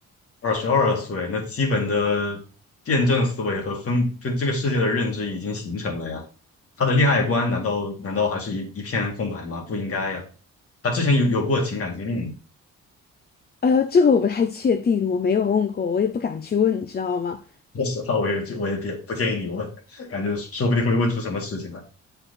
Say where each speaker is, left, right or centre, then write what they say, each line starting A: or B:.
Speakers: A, on the left; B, on the left.
A: 二十二岁，那基本的辩证思维和分对这个世界的认知已经形成了呀。他的恋爱观难道难道还是一一片空白吗？不应该呀。他之前有有过情感经历，
B: 哎呦，这个我不太确定，我没有问过，我也不敢去问，你知道吗？
A: 说实话，我也我也别不建议你问，<laughs> 感觉说不定会问出什么事情来，